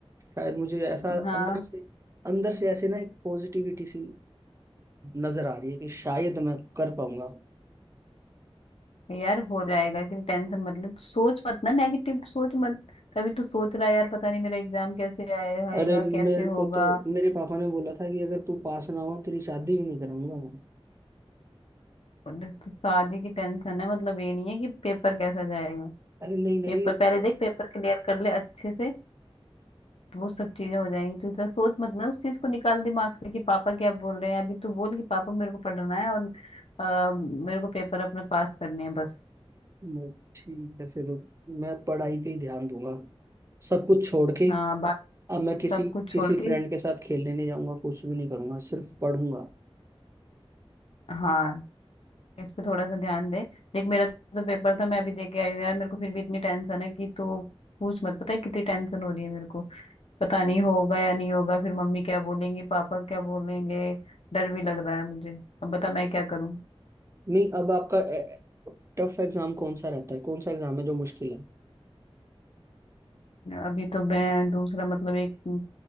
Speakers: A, on the right (about 30°); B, on the left (about 80°).
A: शायद मुझे ऐसा
B: हाँ
A: अंदर से अंदर से ऐसे ना एक पॉजिटिविटी सी नजर आ रही है कि शायद मैं कर पाऊंगा
B: यार हो जाएगा इतनी टेंशन मतलब सोच मत ना नेगेटिव सोच मत तभी तू सोच रहा है यार पता नहीं मेरा एग्जाम कैसे आए होएगा
A: अरे
B: कैसे
A: मेरे
B: होगा
A: को तो मेरे पापा ने बोला था कि अगर तू पास ना हो तेरी शादी भी नहीं कराऊंगा मैं
B: और देख, तो शादी की टेंशन है मतलब ये नहीं है कि पेपर कैसा जाएगा
A: अरे नहीं नहीं
B: पेपर पहले देख पेपर क्लियर कर ले अच्छे से तो वो सब चीजें हो जाएंगी तू इतना सोच मत ना उस चीज को निकाल दिमाग से कि पापा क्या बोल रहे हैं अभी तू बोल कि पापा मेरे को पढ़ना है और अ, मेरे को पेपर अपने पास करने हैं बस
A: मैं- ठीक है फिर मैं पढ़ाई पे ही ध्यान दूंगा सब कुछ छोड़ के
B: हाँ बाकी
A: अब मैं किसी
B: सब कुछ
A: किसी
B: छोड़ के
A: फ्रेंड के साथ खेलने नहीं जाऊंगा कुछ भी नहीं करूंगा सिर्फ पढ़ूंगा
B: हाँ इस पे थोड़ा सा ध्यान दे देख मेरा तो पेपर था मैं अभी दे के आई हूँ यार मेरे को फिर भी इतनी टेंशन है कि तू पूछ मत पता है कितनी टेंशन हो रही है मेरे को पता नहीं होगा या नहीं होगा फिर मम्मी क्या बोलेंगी पापा क्या बोलेंगे डर भी लग रहा है मुझे अब बता मैं क्या करूँ
A: नहीं अब आपका टफ एग्जाम कौन सा रहता है कौन सा एग्जाम है जो मुश्किल है
B: अभी तो मैं दूसरा मतलब एक